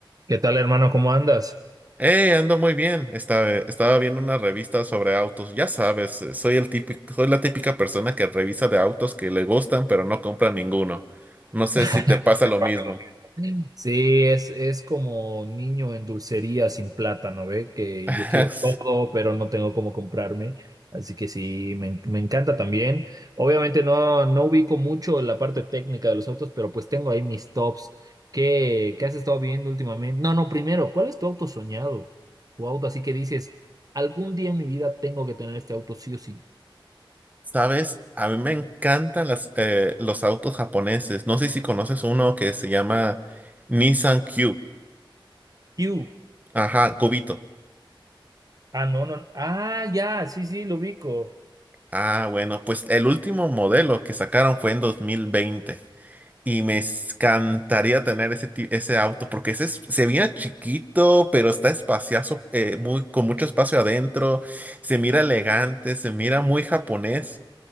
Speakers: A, on the right (about 45°); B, on the right (about 20°).
A: ¿Qué tal, hermano? ¿Cómo andas?
B: Hey, ando muy bien. Estaba, estaba viendo una revista sobre autos. Ya sabes, eh, soy el típico, soy la típica persona que revisa de autos que le gustan, pero no compra ninguno. No sé
A: <laughs>
B: si te pasa
A: Te
B: lo
A: paga
B: mismo.
A: lo mismo. <laughs> Sí, es, es como niño en dulcería sin plátano, ¿ve? Que
B: <laughs>
A: yo quiero todo, pero no tengo cómo comprarme. Así que sí, me, en- me encanta también. Obviamente no, no ubico mucho la parte técnica de los autos, pero pues tengo ahí mis tops. ¿Qué, qué has estado viendo últimamente? No, no, primero, ¿cuál es tu auto soñado? Tu auto así que dices, algún día en mi vida tengo que tener este auto sí o sí.
B: Sabes, a mí me encantan las, eh, los autos japoneses. No sé si conoces uno que se llama Nissan Cube.
A: You.
B: Ajá, Cubito.
A: Ah, no, no. Ah, ya, sí, sí, lo ubico.
B: Ah, bueno, pues el último modelo que sacaron fue en 2020. Y me encantaría tener ese, ti- ese auto porque ese es- se mira chiquito, pero está espacioso, eh, muy, con mucho espacio adentro. Se mira elegante, se mira muy japonés.